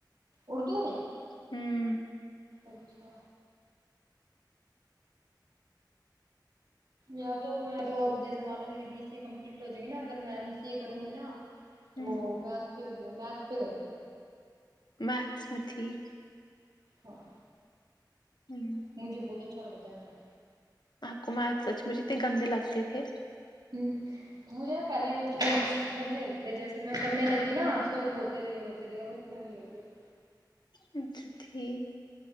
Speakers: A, on the right; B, on the left.
A: اردو میں
B: ھممم
A: اچھا یا تو میں تو اب جیسا مان لو میری بی سی کمپلیٹ ہو جائے گی نا اگر میں ایم سی اے کروں گی نا تو
B: ہ
A: میں اس پہ میتھس پہ کروں
B: میتھس میں ٹھیک
A: ہاں
B: ھممم
A: مجہے بہت اچھا لگتا ہے میتھس
B: آپ کو میتھس سچ میں اتنے گندے لگتے تھے
A: ھممم مجھے نا پہلے گندے لگتے جیسے میں کرنے لگی نا سولوے ہوتے رہے ہوتے رہے ہو رہے تے <unintelligible>
B: اچھا ٹھیک